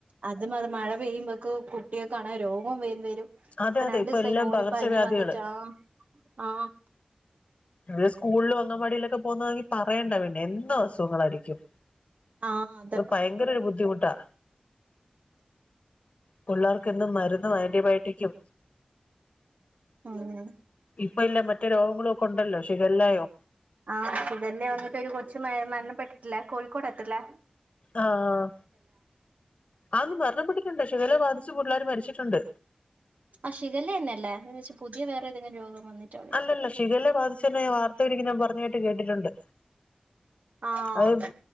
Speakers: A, on the right; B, on the left.
A: അതു മത് മഴ പെയ്യുമ്പക്ക് കുട്ട്യോക്ക് ആണെ രോഗോം വരും
B: അതെ
A: ഇപ്പൊ
B: അതെ
A: രണ്ടൂസായി
B: എല്ലാം
A: മോന്
B: പകർച്ചവ്യാധികള്
A: പനി വന്നിട്ടാ ആഹ് ആഹ്
B: ത് സ്കൂളില് അങ്കവാടിയിലൊക്കെ പോകുന്നോങ്കി പറയണ്ട പിന്നെ എന്നും അസുഖങ്ങളായിരിക്കും
A: ആഹ് അതെ
B: അത് പയങ്കരോരു ബുദ്ധിമുട്ടാ പിള്ളേർക്കെന്നും മരുന്നും ആന്റിബയോട്ടിക്കും
A: ആഹ്
B: ഇപ്പ ഇല്ല മറ്റേ രോഗങ്ങളൊക്കൊ ണ്ടല്ലോ ശിഖല്ലായോ
A: ആഹ് ശിഖല്ല വന്നിട്ട് ഒരു കൊച്ച് മേ മരണപ്പെട്ടിട്ടില്ലേ കോഴികോടെട്ടല്ലേ
B: ആഹ് ആന്ന് മരണപ്പെട്ടിട്ട്ണ്ട് ഷിഗല്ല ബാധിച്ചു പുള്ളേര് മരിച്ചിട്ടുണ്ട്
A: ആഹ് ശിഗലന്നല്ലേ ഞാൻ വേച്ചു പുതിയ വേറെ ഏതെങ്കും രോഗം വന്നിട്ടോ
B: അല്ല ല്ല ഷിഖല്ല യെ ബാധിച്ചു ഞാൻ വാർത്ത ഒരിക്കെ ഞാൻ പറഞ്ഞതായിട്ട് കേട്ടിട്ടുണ്ട്
A: ആഹ്
B: അത്